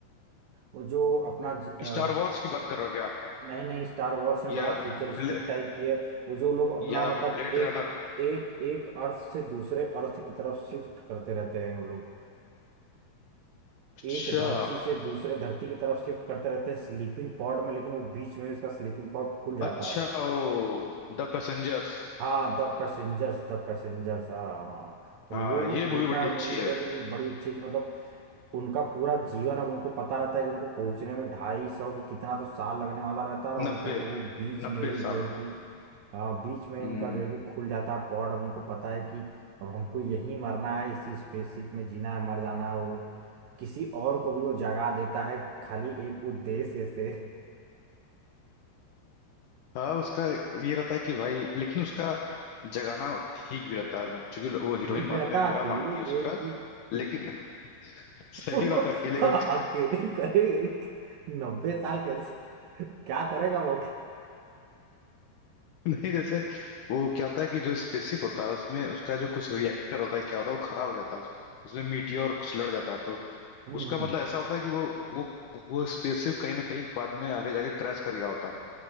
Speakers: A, on the right; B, on the left.
A: वो जो अपना ज- अ,
B: स्टार वॉर्स की बात कर रहे हो क्या
A: नहीं नहीं स्टार वॉर्स में
B: या
A: बड़ा फ्यूचरिस्टिक
B: ब्ले,
A: टाइप की है वो जो लोग अपना
B: या
A: मतलब
B: ब्लेड रनर
A: एक एक एक अर्थ से दूसरे अर्थ की तरफ शिफ्ट करते रहते हैं वो लोग
B: अच्छा
A: एक धरती से दूसरे धरती की तरफ शिफ्ट करते रहते हैं स्लीपिंग पॉड में लेकिन वो बीच में ही उसका स्लीपिंग पॉड खुल जाता
B: अच्छा
A: है
B: ओ द पैसेंजर्स
A: हाँ द पैसेंजर्स द पैसेंजर्स हाँ हाँ मतलब
B: हाँ
A: वो
B: ये मूवी
A: देखा
B: बड़ी
A: है
B: अच्छी
A: मूवी
B: है
A: करके कि बड़ी अच्छी कि मतलब उनका पूरा जीवन अब उनको पता रहता है कि उनको पहुंचने में ढाई सौ कि कितना तो साल लगने वाला रहता है और
B: नब्बे
A: होता है कि वो बीच में
B: नब्बे
A: ही जो
B: साल
A: है कि हाँ बीच में
B: हम्म।
A: उनका जो है कि खुल जाता है पॉड अब उनको पता है कि अब हमको यहीं मरना है इसी स्पेसशिप में जीना है मर जाना है और वो किसी और को भी वो जगा देता है खाली एक उद्देश्य से
B: हाँ उसका ये रहता है कि भाई लेकिन उसका जगाना ठीक भी रहता है क्योंकि वो
A: <laughs>
B: हीरोइन
A: ठीक
B: बाद
A: में रहता
B: में बुरा
A: है अकेले
B: मानती
A: जो
B: है उसका
A: है कि
B: लेकिन <laughs> सही
A: <laughs>
B: बात है, अकेले कोई
A: अब केटिंग करेगी नब्बे साल कैसे क्या करेगा वो
B: <laughs> नहीं जैसे वो क्या होता है कि जो स्पेसशिप होता है उसमें उसका जो कुछ रिएक्टर होता है क्या होता है वो खराब हो जाता है उस- उसमें मीटियोर कुछ लड़ जाता है तो
A: हम्म
B: उसका
A: हम्म
B: मतलब ऐसा होता है कि वो वो वो स्पेसशिप कहीं ना कहीं बाद में आगे जाके क्रैश कर गया होता है।